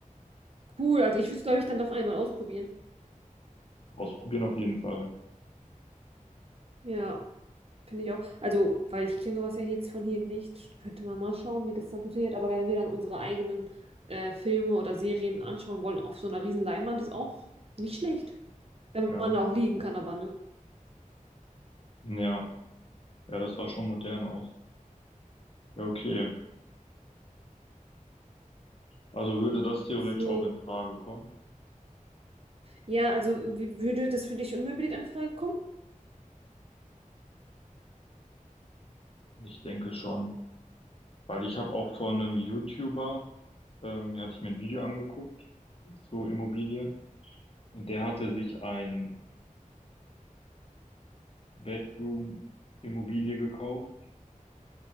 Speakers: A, on the right (about 45°); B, on the left (about 45°).
A: Cool. Also ich würde es, glaube ich, dann doch einmal ausprobieren.
B: Ausprobieren auf jeden Fall.
A: Ja, finde ich auch. Also, weil ich kenne sowas ja jetzt von hier nicht, könnte man mal schauen, wie das dann funktioniert. Aber wenn wir dann unsere eigenen äh, Filme oder Serien anschauen wollen, auf so einer riesen Leinwand, ist auch nicht schlecht. Wenn
B: Ja.
A: man da auch liegen kann, aber ne?
B: Ja. Ja, das sah schon modern aus. Ja, okay. Also würde das theoretisch
A: So.
B: auch in Frage kommen?
A: Ja, also wie, würde das für dich unmöbliert in Frage kommen?
B: Ich denke schon. Weil ich habe auch von einem YouTuber, ähm, hatte ich mir ein Video angeguckt zu Immobilien. Und der hatte sich ein Zwei-Bedroom-Immobilie gekauft.